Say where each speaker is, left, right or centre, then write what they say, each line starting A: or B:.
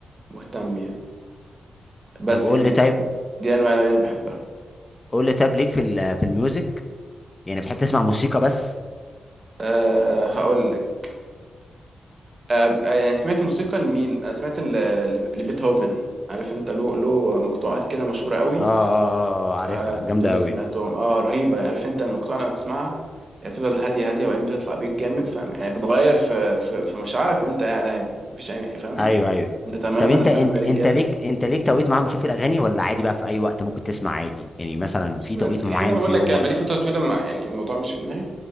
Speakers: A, on the right; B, on the left.
A: مهتم يعني بس
B: طب قول
A: يعني
B: لي طيب
A: دي أنواع الأغاني اللي بحبها
B: قول لي طيب ليك في ال- في الميوزك يعني بتحب تسمع موسيقى بس
A: آه هقول لك آه آه، يعني سمعت موسيقى لمين؟ أنا سمعت ل- ل- لبيتهوفن عارف أنت له له مقطوعات كده مشهورة قوي
B: اه اه اه آه، عارفها
A: آه،
B: جامده
A: دول
B: قوي
A: سمعتهم اه رهيبة يعني عارف انت المقطوعة لما بتسمعها يعني بتفضل هادية هادية وبعدين بتطلع بيك جامد فاهم يعني بتغير في في, في مشاعرك وانت قاعد عادي مفيش اي فاهم
B: ايوه
A: انت
B: ايوه
A: انت تمام
B: طب انت
A: انا تمام
B: انت
A: يا رجالة
B: انت ليك انت ليك توقيت معين بتشوف الاغاني ولا عادي بقى في اي وقت ممكن تسمع عادي يعني مثلا
A: بس
B: في توقيت
A: أنا-
B: معين
A: يعني زي ما
B: في
A: بقول
B: يومك
A: لك بقالي فترة طويلة ما يعني الموضوع مش في دماغي